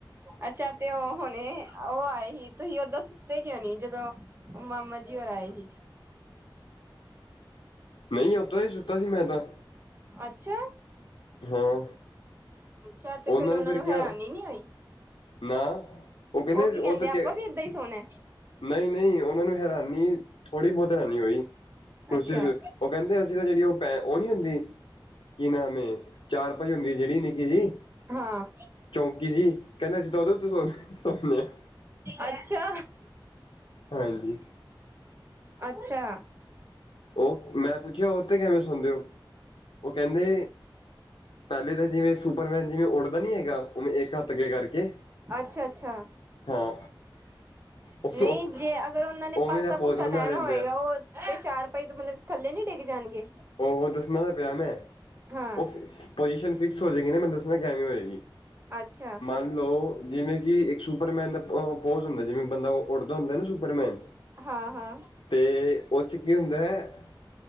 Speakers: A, on the right; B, on the left.
A: ਅੱਛਾ ਤੇ ਉਹ ਹੁਣੇ ਉਹ ਆਏ ਸੀ। ਤੁਸੀਂ ਓਦਾਂ ਸੁਤੇ ਕਿਉਂ ਨੀ। ਜਦੋਂ ਮਾਮਾ ਜੀ ਔਰ ਆਏ ਸੀ।
B: ਨਹੀਂ, ਉੱਦਾ ਹੀ ਸੁੱਤਾ ਸੀ ਮੈਂ ਤਾਂ।
A: ਅੱਛਾ!
B: ਹਾਂ।
A: ਅੱਛਾ ਤੇ
B: ਉਹਨਾਂ
A: ਫੇਰ ਉਹਨਾ
B: ਨੇ ਫਿਰ
A: ਨੂੰ,
B: ਕਿਹਾ
A: ਹੈਰਾਨੀ ਨੀ ਹੋਈ।
B: ਨਾ, ਉਹ ਕਹਿੰਦੇ
A: ਕੀ
B: ਉਹ ਤੇ
A: ਆਪਾਂ
B: ਕੇ।
A: ਵੀ ਏਦਾਂ ਹੀ ਸੋਣਾ
B: ਨਹੀਂ- ਨਹੀਂ ਉਹਨਾਂ ਨੂੰ ਹੈਰਾਨੀ, ਥੋੜੀ ਬਹੁਤ ਹੈਰਾਨੀ ਹੋਈ। ਉਹ
A: ਅੱਛਾ
B: ਕਹਿੰਦੇ ਅਸੀਂ ਤਾਂ, ਜਿਹੜੀ ਉਹ ਪੈ ਉਹ ਨੀ ਹੁੰਦੀ ਕਿ ਨਾਮਂ ਏ। ਚਾਰ ਪਾਈ ਹੁੰਦੀ ਜਿਹੜੀ ਨਿੱਕੀ ਜੀ।
A: ਹਾਂ।
B: ਚੌਂਕੀ ਜੀ, ਕਹਿੰਦੇ ਸੀ ਤਾਂ ਉਦੋਂ ਤੋਂ ਸੁਦੇ ਆ।
A: ਅੱਛਾ,
B: ਹਾਂਜੀ
A: ਅੱਛਾ।
B: ਉਹ ਮੈਂ ਪੁੱਛਿਆ ਉਹ ਤੇ ਕਿਵੇਂ ਸੁਣਦੇ ਹੋ? ਉਹ ਕਹਿੰਦੇ ਪਹਿਲੇ ਤਾਂ ਜਿਵੇਂ ਸੁਪਰਮੈਨ ਜਿਵੇਂ ਉੱਡਦਾ ਨੀ ਹੈਗਾ। ਉਵੇਂ ਇੱਕ ਹੱਥ ਅੱਗੇ ਕਰਕੇ।
A: ਅੱਛਾ- ਅੱਛਾ।
B: ਹਾਂ ਉਹ
A: ਨਹੀਂ ਜੇ ਅਗਰ ਉਹਨਾਂ ਨੇ,
B: ਉਵੇਂ
A: ਪਾਸਾ-
B: ਦਾ ਪੋਜ
A: ਪੂਸਾ
B: ਬਣਾ
A: ਲੈਣਾ
B: ਲੈਂਦੇ
A: ਹੋਏਗਾ।
B: ਆ
A: ਉਹ, ਤੇ ਚਾਰ ਪਾਈ ਤੋਂ ਮਤਲਬ, ਥੱਲੇ ਨੀ ਡਿੱਗ ਜਾਣਗੇ।
B: ਉਹ ਦੱਸਣਾ ਤਾਂ ਪਿਆ ਮੈਂ।
A: ਹਾਂ
B: ਉਹ ਪਜੀਸ਼ਨ ਫਿਕਸ ਹੋ ਜਾਏਗੀ ਨਾ। ਮੈ ਦੱਸਣਾ ਕਿਵੇ ਹੋਏਗੀ।
A: ਅੱਛਾ।
B: ਹੈਲੋ, ਜਿਵੇਂ ਕਿ ਇੱਕ ਸੁਪਰਮੈਨ ਦਾ ਪੋਜ ਹੁੰਦਾ। ਜਿਵੇਂ ਬੰਦਾ ਉਹ ਉੱਡਦਾ ਹੁੰਦਾ ਨਾ ਸੁਪਰਮੈਨ।
A: ਹਾਂ- ਹਾਂ।
B: ਤੇ ਉਹ ਚ, ਕੀ ਹੁੰਦਾ ਹੈ।